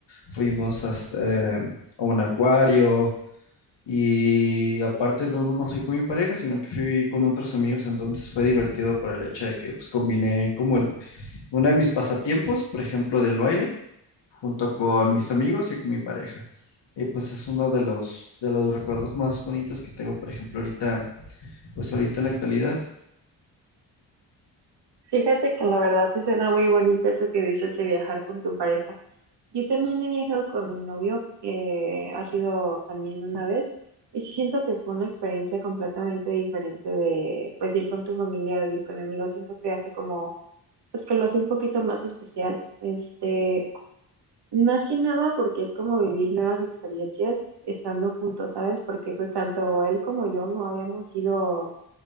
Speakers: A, on the left; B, on the right.
A: fuimos hasta, eh, a un acuario y aparte no nomás fui con mi pareja, sino que fui con otros amigos, entonces fue divertido por el hecho de que pues combiné como el- uno de mis pasatiempos, por ejemplo, del baile junto con mis amigos y con mi pareja. Y pues es uno de los, de los recuerdos más bonitos que tengo, por ejemplo, ahorita, pues ahorita en la actualidad.
B: Fíjate que la verdad sí suena muy bonito eso que dices de viajar con tu pareja. Yo también he viajado con mi novio, eh, ha sido también una vez, y sí siento que fue una experiencia completamente diferente de pues ir con tu familia, de ir con amigos, siento que hace como, pues que lo hace un poquito más especial. Este, Más que nada porque es como vivir nuevas experiencias estando juntos, ¿sabes? Porque pues tanto él como yo no habíamos ido